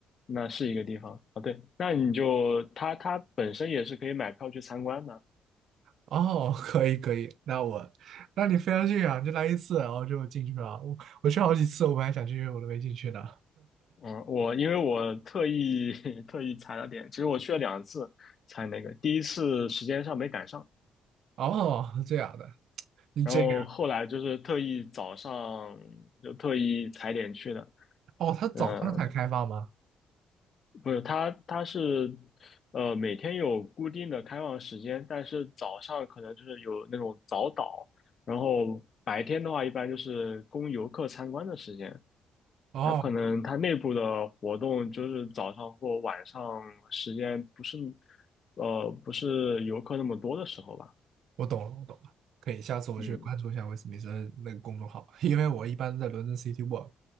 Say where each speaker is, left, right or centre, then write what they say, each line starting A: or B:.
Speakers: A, on the left; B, on the right.
A: 那是一个地方啊。对，那你就它它本身也是可以买票去参观的。
B: 哦，<laughs> 可以可以，那我，那你非要去啊？就来一次，然后就进去了。我我去好几次，我本来想进去，我都没进去呢。
A: 嗯，我因为我特意 <laughs> 特意踩了点，其实我去了两次才那个，第一次时间上没赶上，
B: 哦，这样的，你这个人
A: 然后后来就是特意早上就特意踩点去的。
B: 哦，他早上才开放吗？
A: 嗯，不是，它它是呃每天有固定的开放时间，但是早上可能就是有那种早岛，然后白天的话一般就是供游客参观的时间。
B: 哦，
A: 它可能它内部的活动就是早上或晚上时间不是，呃，不是游客那么多的时候吧？
B: 我懂了，我懂了，可以，下次我去关注一下威斯敏森那个公众号，
A: 嗯，
B: 因为我一般在伦敦 City Walk，